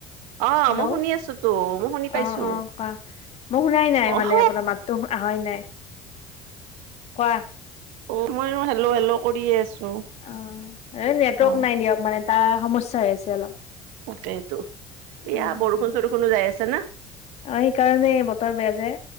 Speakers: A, on the right; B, on the left.
A: অ
B: হেল্লৌ'
A: মই শুনি আছো তো মই শুনি পাইছো।
B: অ অ কোৱা মই শুনাই নাই
A: অহ
B: মানে আপোনাৰ মাত তো আহাই নাই কোৱা
A: অ মই হেল্লৌ হেল্লৌ কৰিয়ে আছো
B: অ এই নেটৱৰ্ক
A: অ
B: নাই দিয়ক মানে তাৰ সমস্যা হৈ আছে অলপ
A: তাকেইটো এয়া
B: উম
A: বৰষুণ চৰষুণো যায় আছে না
B: অ সেইকাৰণে বতৰ বেয়া যে